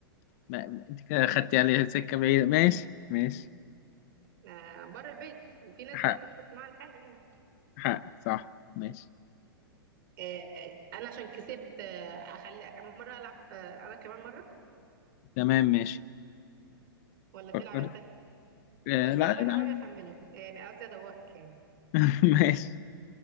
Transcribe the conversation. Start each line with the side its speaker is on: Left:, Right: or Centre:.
Left: ما ما- انت كده خدتي عليها سكه بعيده ماشي ماشي
Right: آه بره البيت وفي ناس
Left: ح-
Right: برضو بتحط معاها الحاجه يعني
Left: حقك صح ماشي
Right: آه آه، انا عشان كسبت آه اخلي مره العب آه انا كمان مره
Left: تمام ماشي
Right: ولا تلعب
Left: فكرت
Right: انت
Left: آه
Right: الصراحة
Left: لا لا
Right: أنا ناوية أخمنك يعني قصدي أدوخك يعني
Left: <laughs> ماشي